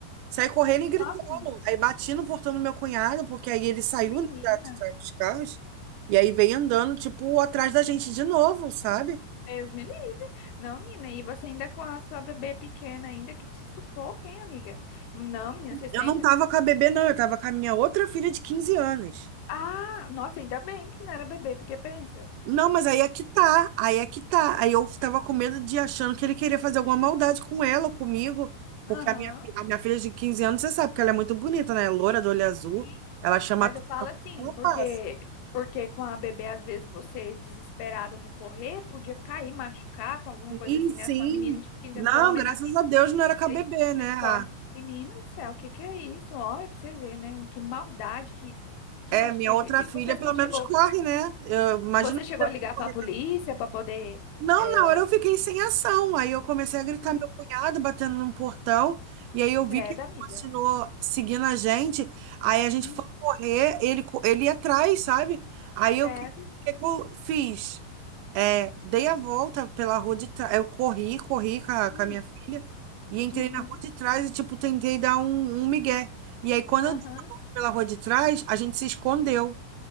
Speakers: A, on the right; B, on the left.
A: Saí correndo e gritando.
B: Nossa,
A: Aí bati no portão do meu cunhado, porque aí ele saiu
B: menina.
A: né, da de trás dos carros. E aí veio andando, tipo, atrás da gente de novo, sabe?
B: Deus me livre. Não, menina, e você ainda com a sua bebê pequena ainda, que sufoco, hein, amiga? Não, menina, você senta.
A: Eu não tava com a bebê, não. Eu tava com a minha outra filha de 15 anos.
B: Ah, nossa, ainda bem que não era bebê, porque pensa.
A: Não, mas aí é que tá. Aí é que tá. Aí eu tava com medo de achando que ele queria fazer alguma maldade com ela ou comigo. Porque
B: Aham.
A: a minha, fi- a minha filha de 15 anos, você sabe que ela é muito bonita, né? É loura, do olho azul.
B: Sim.
A: Ela chama
B: Mas
A: atenção.
B: eu falo assim,
A: Ela
B: porque
A: passa.
B: porque com a bebê, às vezes, você desesperado no correr, podia cair, machucar com alguma
A: Sim,
B: coisa assim,
A: sim.
B: né? Sua menina de 15
A: Não,
B: anos, pelo menos
A: graças
B: assim,
A: a Deus não era KBB,
B: vocês,
A: né?
B: vocês correm.
A: Ah,
B: Menina do céu, o que que é isso? Olha pra você ver, né? Que maldade, que de
A: é,
B: acho
A: minha
B: que é
A: outra
B: que existe.
A: filha
B: Você assim
A: pelo menos
B: chegou,
A: corre, né? Eu imagino
B: você
A: que
B: chegou
A: teve
B: a ligar
A: que correr.
B: pra polícia pra poder.
A: Não,
B: É...
A: na hora eu fiquei sem ação. Aí eu comecei a gritar
B: Hum,
A: meu cunhado batendo num portão. E aí eu vi
B: credo,
A: que ele
B: amiga.
A: continuou seguindo a gente. Aí a gente
B: Hum,
A: foi correr, ele, co- ele ia atrás, sabe? Aí
B: credo.
A: eu, o que, que que eu fiz? É, dei a volta pela rua de trás. Eu corri, corri com a,
B: Hum,
A: com a minha filha e entrei
B: uhum,
A: na rua de trás e, tipo, tentei dar um, um migué. E aí, quando
B: aham,
A: eu dei a volta pela rua de trás, a gente se escondeu.